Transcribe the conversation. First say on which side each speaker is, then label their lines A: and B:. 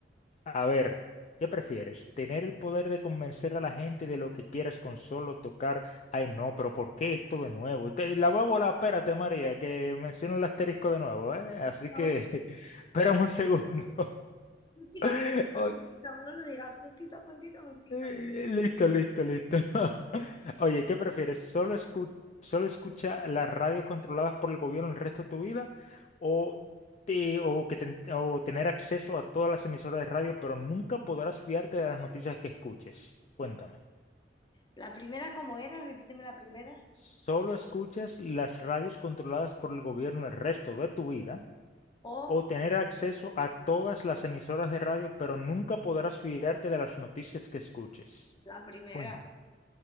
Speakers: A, on the left (about 40°); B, on the left (about 25°).
A: A ver, ¿qué prefieres? ¿Tener el poder de convencer a la gente de lo que quieras con solo tocar? Ay, no, pero ¿por qué esto de nuevo? Te- la voy a volar, espérate, María, que menciono el asterisco de nuevo, ¿eh? Así
B: Puntito,
A: que, <laughs> espérame un segundo.
B: puntito,
A: <laughs> Ok,
B: puntito. No lo digas. Puntito, puntito, puntito.
A: eh, Listo, listo, listo. <laughs> Oye, ¿qué prefieres? ¿Solo escu- solo escucha las radios controladas por el gobierno el resto de tu vida? ¿O, te- o, que ten- o tener acceso a todas las emisoras de radio, pero nunca podrás fiarte de las noticias que escuches? Cuéntame.
B: La primera, ¿cómo era? Repíteme la primera.
A: ¿Solo escuchas las radios controladas por el gobierno el resto de tu vida?
B: O
A: ¿O tener acceso a todas las emisoras de radio, pero nunca podrás fiarte de las noticias que escuches?
B: la primera.
A: Cuéntame.